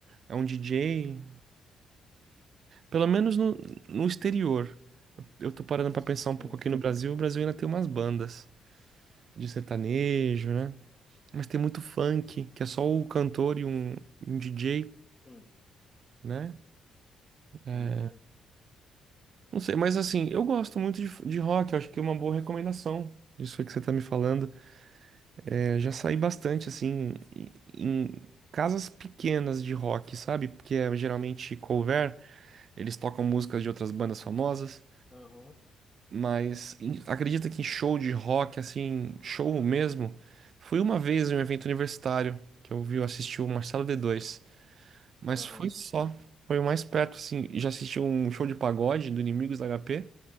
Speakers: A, on the right; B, on the left.
A: é um DJ, pelo menos no, no exterior. eu tô parando pra pensar um
B: sim,
A: pouco aqui no Brasil. O Brasil ainda tem umas bandas de sertanejo, né? Mas tem muito funk, que é só o cantor e um, um DJ,
B: sim,
A: né? É,
B: isso.
A: não sei, mas assim, eu gosto muito de, de rock. Eu acho que é uma boa recomendação. Isso aí que você tá me falando. É, já saí bastante, assim, em, em casas pequenas de rock, sabe? Porque é geralmente cover, eles tocam músicas de outras bandas famosas.
B: Aham,
A: Mas em- acredita que em show de rock, assim, show mesmo, fui uma vez em um evento universitário que eu vi, eu assisti o Marcelo d dois mas
B: aham,
A: foi só. Foi o mais perto, assim, já assisti um show de pagode do Inimigos da HP,